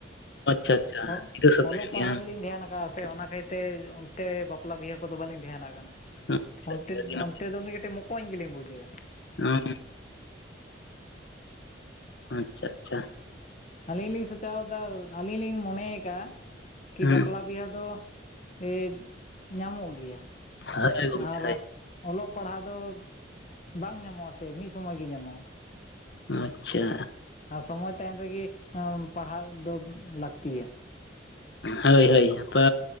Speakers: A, on the left; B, on the left.
A: ᱟᱪᱪᱷᱟ ᱟᱪᱪᱷᱟ
B: ᱚ
A: ᱥᱤᱫᱟᱹ ᱥᱟᱫᱟ
B: ᱚᱞᱚᱜ
A: ᱧᱚᱜ ᱜᱮᱭᱟ
B: ᱯᱟᱲᱦᱟᱜ ᱨᱮᱞᱤᱧ ᱫᱷᱮᱭᱟᱱᱟ ᱪᱮᱫᱟᱜ ᱥᱮ ᱚᱱᱟ ᱠᱟᱦᱤ ᱚᱱᱛᱮ ᱵᱟᱯᱞᱟ ᱵᱤᱦᱟᱹ ᱠᱚᱫᱚ ᱵᱟᱹᱞᱤᱧ ᱫᱷᱮᱱᱟᱜ ᱠᱟᱱᱟ
A: ᱵᱟᱝ ᱟᱪᱪᱷᱟ
B: ᱚᱱᱛᱮᱞ
A: ᱟᱪᱪᱷᱟ ᱟᱹᱰᱤ ᱱᱟᱯᱟᱭ
B: ᱚᱱᱛᱮ ᱫᱚ ᱢᱤᱫ ᱠᱟᱹᱴᱤᱡ ᱢᱚᱠᱚᱧ ᱜᱮᱞᱤᱧ ᱵᱩᱡᱟᱹᱭᱟ
A: <inaudible> ᱟᱪᱪᱷᱟ ᱟᱪᱪᱷᱟ
B: ᱟᱹᱞᱤᱧ ᱞᱤᱧ ᱥᱚᱪᱟᱣ ᱫᱟ ᱟᱹᱞᱤᱧ ᱞᱤᱧ ᱢᱚᱱᱮᱭ ᱠᱟᱜᱼᱟ ᱠᱤ
A: ᱦᱮᱸ
B: ᱵᱟᱯᱞᱟ ᱵᱤᱦᱟᱹ ᱫᱚ ᱤᱜ ᱧᱟᱢᱚᱜ ᱜᱮᱭᱟ
A: ᱦᱳᱭ ᱜᱚᱢᱠᱮ
B: ᱟᱨ
A: ᱦᱳᱭ
B: ᱚᱞᱚᱜ ᱯᱟᱲᱦᱟᱣ ᱫᱚ ᱵᱟᱝ ᱧᱟᱢᱚᱜᱼᱟ ᱥᱮ ᱢᱤᱫ ᱥᱚᱢᱚᱭ ᱜᱮ ᱧᱟᱢᱚᱜᱼᱟ᱾
A: ᱟᱪᱪᱷᱟ
B: ᱟᱨ ᱥᱚᱢᱚᱭ ᱛᱟᱸᱦᱮᱱ ᱨᱮᱜᱮ ᱯᱟᱲᱦᱟᱣ ᱫᱚ ᱞᱟᱹᱠᱛᱤᱭᱟ
A: ᱦᱳᱭ ᱦᱳᱭ ᱦᱮᱛᱚ